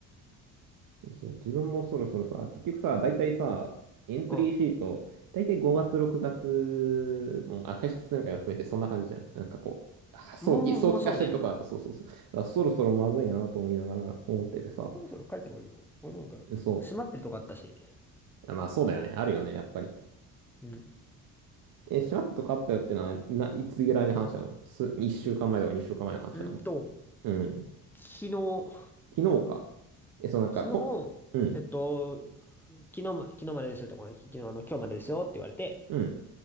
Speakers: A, on the right; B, in the centre.
A: えそう、自分もそろそろさ、結局さ、大体さ、エントリーシート、
B: う。うん。
A: 大体5月、6月、もう、あ、会社説明会を含めてそんな感じじゃん。なんかこう、あ早期、
B: もう、
A: 早期化してるとこだと、
B: もうそうね。
A: そうそうそう。だからそろそろまずいなと思いながら思っててさ。
B: そろそろ帰った方がいいよ。俺もなんか、
A: そう。
B: 閉まってるとこあったし。
A: あまあそうだよね。あるよね、やっぱり。
B: うん。
A: え、しまったとこあったよってのは、な、いつぐらいの話なのす、1週間前とか2週間前の話なの
B: うんと、
A: うん。
B: 昨日、
A: 昨日か。え、そうなんか、
B: 昨日、
A: こ、うん、
B: えっと、昨日ま、昨日までですよとか、昨日あの、今日までですよって言われて、
A: うん。